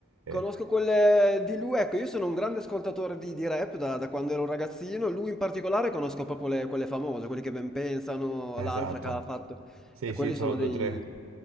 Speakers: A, in the centre; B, on the right.
A: Conosco
B: eh,
A: quelle di lui, ecco, io sono un grande ascoltatore di, di rap da, da quando ero un ragazzino, lui in particolare conosco proprio le- quelle famose, quelli che ben pensano,
B: Esatto.
A: l'altra che ha fatto,
B: Sì,
A: e quelli
B: sì, sono
A: sono
B: due
A: dei...
B: o tre